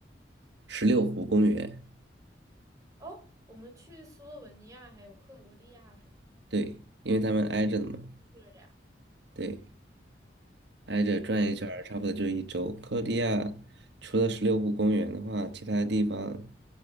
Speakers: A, on the right (about 70°); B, on the right (about 20°).
A: 十六湖公园，
B: 哦，我们去斯洛文尼亚还有克罗地亚是吗？
A: 对，因为他们挨着的嘛，
B: 去了俩。
A: 对，挨着转一圈儿差不多就一周。
B: 哦，
A: 克罗地亚除了十六湖公园的话，其他地方，